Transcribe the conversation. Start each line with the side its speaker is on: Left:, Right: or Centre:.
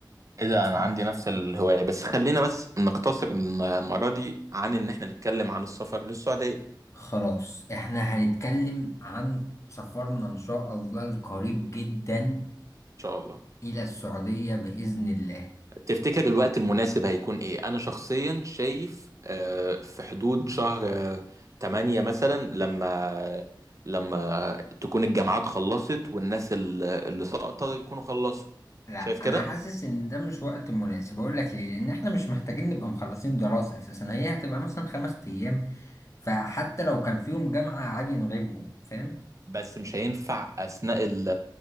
Right: ايه ده
Left: بس
Right: انا عندي نفس الهواية بس خلينا بس نقتصر الم- المرة دي عن ان احنا نتكلم عن السفر للسعودية ان
Left: خلاص احنا هنتكلم عن سفرنا ان شاء الله القريب جدا
Right: شاء الله
Left: الى السعودية بإذن الله
Right: تفتكر الوقت المناسب هيكون ايه انا شخصيا شايف آه، في حدود شهر آه، تمانية مثلا لما لما تكون الجامعات خلصت والناس ال- اللي سقطت يكونوا خلصوا
Left: لا
Right: شايف كده
Left: انا حاسس ان ده مش وقت مناسب اقول لك ليه لان احنا مش محتاجين نبقى مخلصين دراسة اساسا هي هتبقى مثلا خمس ايام فحتى لو كان فيهم جامعة عادي نغيبهم فاهم
Right: بس مش هينفع اثناء ال-